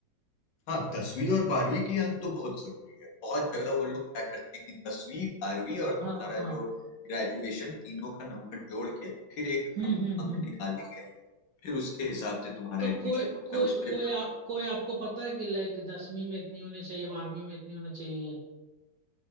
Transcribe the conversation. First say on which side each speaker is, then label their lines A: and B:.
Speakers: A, on the left (about 70°); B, on the right (about 65°).
A: हाँ 10वीं और 12वीं की अंक तो बहुत जरूरी है बहुत जगह वो लोग क्या करते हैं कि 10वीं 12वीं और
B: हाँ
A: तुम्हारा
B: हाँ
A: जो ग्रेजुएशन तीनों का नंबर जोड़ के फिर एक
B: हम्म
A: नम-
B: हम्म
A: अंक
B: हम्म
A: निकालेंगे फिर उसके हिसाब से तुम्हारा
B: तो
A: एडमिशन
B: कोई
A: होता
B: कोई
A: है उस पे
B: कोई आप कोई आपको पता है कि लाइक दसवीं में इतनी होनी चाहिए बारहवीं में इतनी होनी चाहिए